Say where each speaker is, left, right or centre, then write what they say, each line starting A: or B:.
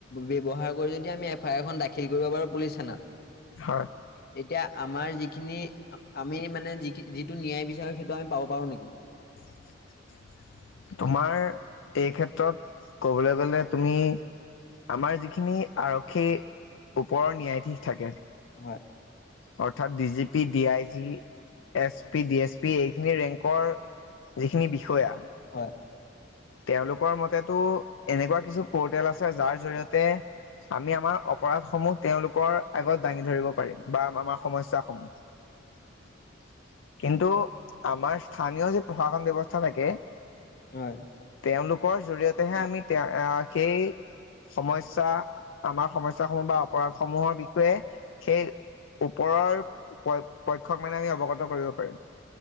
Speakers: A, on the left; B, on the left.
A: ব্যৱহাৰ কৰি যদি আমি এফ আই আৰখন দাখিল কৰিব পাৰো পুলিচ থানাত।
B: অ'।
A: তেতিয়া আমাৰ যিখিনি আমি মানে যিখি ন্যায় বিচাৰে সেইটো আমি পাব পাৰো নিকি?
B: <unintelligible> তোমাৰ এই ক্ষেত্ৰত ক'বলে গ'লে তুমি আমাৰ যিখিনি আৰক্ষী ওপৰৰ ন্যায়াধীশ থাকে।
A: হয়,
B: অৰ্থাৎ D G P, D I G, S P, D S P এইখিনি ৰেংকৰ যিখিনি বিষয়া
A: হয়।
B: তেওঁলোকৰ মতেতো এনেকুৱা কিছু পৰ্টেল আছে, যাৰ জৰিয়তে আমি আমাৰ অপৰাধ সমূহ তেওঁলোকৰ আগত দাঙি ধৰিব পাৰিম বা আমাৰ সমস্যা সমূহ। কিন্তু আমাৰ স্থানীয় যি প্ৰশাসন ব্যৱস্থা থাকে।
A: হয়।
B: তেওঁলোকৰ জৰি়য়তেহে আমি তে সেই সমস্যা, আমাৰ সমস্যাসমূহ বা অপৰাধ সমূহৰ বিষয়ে সেই ওপৰৰ প পক্ষক মানে আমি অৱগত কৰিব পাৰিম।